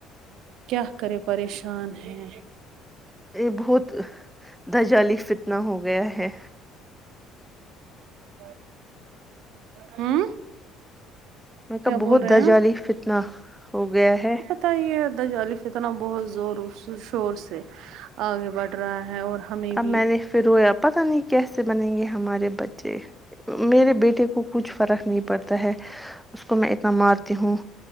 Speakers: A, on the right (about 70°); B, in the centre.
A: کیا کرے پریشان ہے
B: یہ بہت دجالی فتنا ہو گیا ہے
A: و ہوں
B: میک
A: کیا
B: اپ بہت
A: بول رہے
B: دجالی
A: ہیں آپ
B: فتنہ ہو گیا ہے
A: ات یہ ہے دجالی فتنا بہت زور شور سے آگے بڑھ رہا ہے اور ہمیں
B: اب
A: بھی
B: میں نے پھر رویا پتا نہیں کیسے بنیں گے ہمارے بچے میرے بیٹے کو کچھ فرق نہیں پڑتا ہے اس کو میں اتنا مار ہوں